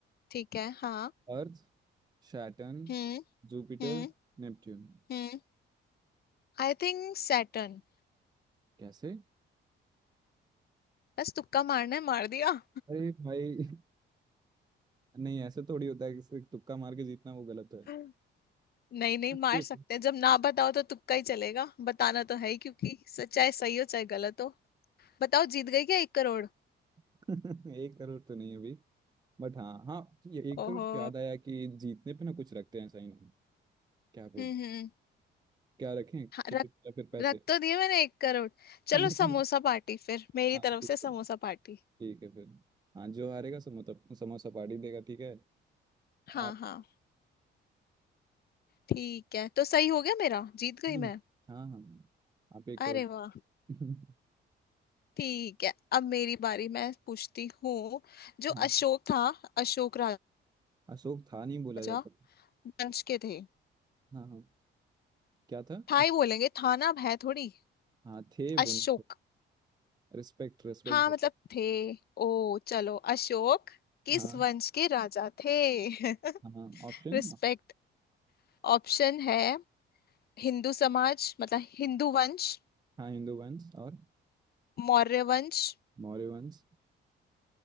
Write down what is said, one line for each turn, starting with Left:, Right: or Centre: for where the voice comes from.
Left: ठीक है हाँ
Right: Earth Saturn
Left: हम्म
Right: Jupiter
Left: हम्म
Right: Neptune
Left: हम्म आई थिंक सैटर्न
Right: कैसे
Left: बस तुक्का मारना है मार दिया
Right: अरे भाई <laughs> नहीं ऐसे थोड़ी होता है कि सिर्फ तुक्का मार के जीतना वो गलत है
Left: <laughs> नहीं नहीं मार
Right: ये
Left: सकते हैं जब ना बताओ तो तुक्का ही चलेगा बताना तो है ही क्योंकि स- चाहे सही हो चाहे गलत हो बताओ जीत गई क्या एक करोड़
Right: <laughs> एक करोड़ तो नहीं है अभी बट हाँ हाँ ये एक
Left: ओहो
Right: करोड़ से याद आया कि जीतने पे ना कुछ रखते हैं साइन हम क्या बोलते
Left: हम्म हम्म
Right: क्या रखें
Left: हाँ,
Right: ट्रिप
Left: रख
Right: या फिर पैसे
Left: रख तो दिए मैंने एक करोड़ चलो
Right: <laughs> हाँ
Left: समोसा पार्टी फिर मेरी
Right: ठीक
Left: तरफ से समोसा
Right: है
Left: पार्टी
Right: ठीक है फिर हाँ जो हारेगा सो मतलब समोसा पार्टी देगा ठीक है
Left: हाँ
Right: आप
Left: हाँ ठीक है तो सही हो गया मेरा जीत गई
Right: हम्म,
Left: मैं
Right: हाँ हाँ आप एक
Left: अरे
Right: करोड़
Left: वाह
Right: <laughs>
Left: ठीक है अब मेरी बारी मैं पूछती हूँ जो
Right: हाँ
Left: अशोक था अशोक
Right: अशोक था नहीं बोला
Left: राजा
Right: जाता
Left: वंश के थे
Right: हाँ हाँ क्या था
Left: था
Right: अस,
Left: ही बोलेंगे था ना अब है थोड़ी
Right: हाँ थे
Left: अशोक
Right: बोले Respect respect
Left: हाँ मतलब थे ओ चलो अशोक किस
Right: हाँ
Left: वंश के राजा थे <laughs>
Right: हाँ ऑप्शन
Left: रिस्पेक्ट ऑप्शन है हिंदू समाज मतलब हिंदू वंश
Right: हाँ हिंदू वंश और
Left: मौर्य वंश
Right: मौर्य वंश